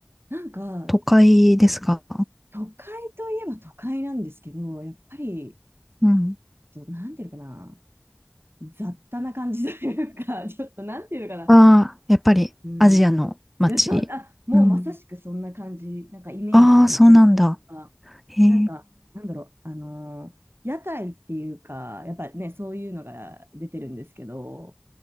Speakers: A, on the right; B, in the centre.
A: なんか、
B: 都会ですか
A: 都会といえば都会なんですけど、やっぱり、
B: うん。
A: と、なんていうのかな、雑多な感じというか、<laughs> ちょっとなんていうのかな、
B: ああ、やっぱりアジアの街。
A: うん、でそう、あ、もうまさしくそんな感じ、
B: うん。
A: なんかイメージ
B: ああ、そうなんだ。
A: が、
B: へえ、
A: で、なんか、なんだろう、あのー屋台っていうか、やっぱね、そういうのが出てるんですけど、